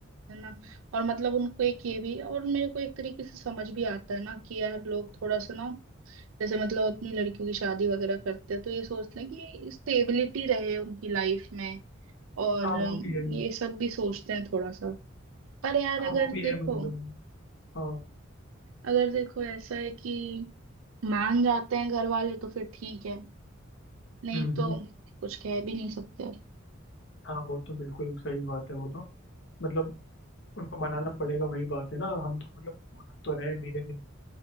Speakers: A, on the right (about 75°); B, on the left (about 60°).
A: है ना और मतलब उनको एक ये भी और मेरे को एक तरीके से समझ भी आता है ना कि यार लोग थोड़ा सा ना जैसे मतलब अपनी लड़कियों की शादी वगैरह करते हैं तो ये सोचते हैं कि स्टेबिलिटी रहे उनकी लाइफ में और
B: हाँ
A: अम,
B: वो भी है
A: ये सब भी सोचते हैं थोड़ा सा पर यार
B: हाँ
A: अगर
B: वो भी
A: देखो
B: है मतलब हाँ
A: अगर देखो ऐसा है कि मान जाते हैं घर वाले तो फिर ठीक है नहीं
B: हम्म
A: तो
B: हम्म
A: कुछ कह भी नहीं सकते अब
B: हाँ वो तो बिल्कुल सही बात है वो तो मतलब उनको मनाना पड़ेगा वही बात है ना हम तो मतलब मना तो रहे धीरे धीरे